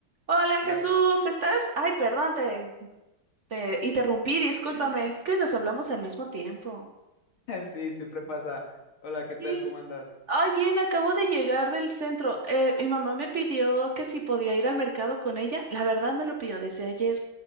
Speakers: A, on the right; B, on the left.
A: Hola
B: Hola,
A: Jesús, ¿estás? Ay, perdón, te, te interrumpí, discúlpame.
B: <laughs>
A: Es que nos hablamos al mismo tiempo.
B: sí, siempre pasa. Hola, ¿qué tal?
A: Sí.
B: ¿Cómo andas?
A: Ay, bien, acabo de llegar del centro. Eh, mi mamá me pidió que si podía ir al mercado con ella. La verdad me lo pidió desde ayer.